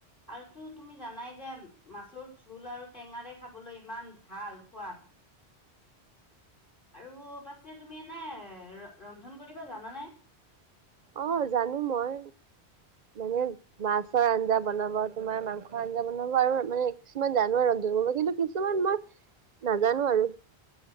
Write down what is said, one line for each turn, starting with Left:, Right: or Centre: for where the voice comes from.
Left: আৰু। -টো তুমি জানাই যে মাছৰ জোল আৰু টেঙাৰে খাবলৈ ইমান ভাল সোৱাদ। আৰু, পাছে তুমি এনেই, ৰ-ৰন্ধন কৰিবা জানানে?
Right: অ', জানো মই। মানে মাছৰ আঞ্জা বনাব, তোমাৰ মাংসৰ আঞ্জা বনাব আৰু মানে কিছুমান জানো আৰু। <unintelligible> কিন্তু কিছুমান মই নাজানো আৰু।